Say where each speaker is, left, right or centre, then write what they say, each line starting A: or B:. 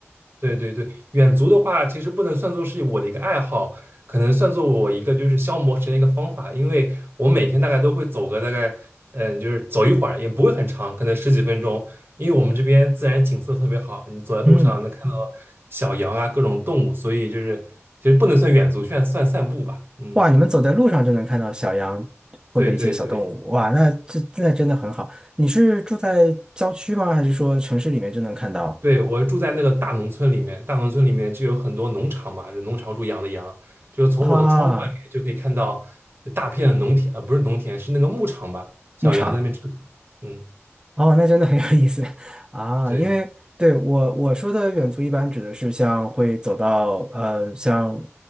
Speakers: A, on the right; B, on the right.
A: 对对对，远足的话，其实不能算作是我的一个爱好，可能算作我一个就是消磨时间的一个方法，因为我每天大概都会走个大概，嗯、就是走一会儿，也不会很长，可能十几分钟，因为我们这边自然景色特别好，你走在路上能看到小羊啊，
B: <laughs> 嗯。
A: 各种动物，所以就是其实不能算远足，算算散步吧，嗯。
B: 哇，你们走在路上就能看到小羊或者一些小动物，
A: 对对对，
B: 哇，那这那真的很好。你是住在郊区吗？还是说城市里面就能看到？
A: 对，我住在那个大农村里面，大农村里面就有很多农场嘛，就农场主养的羊，就是从我的窗户外面就可以看到
B: 啊，
A: 大片的农田，呃，不是农田，是那个牧场吧，小羊在那边吃草。
B: 牧场，
A: 嗯，
B: 哦，那真的很有意思 <laughs> 啊。
A: 对，
B: 因为对我我说的远足一般指的是像会走到呃像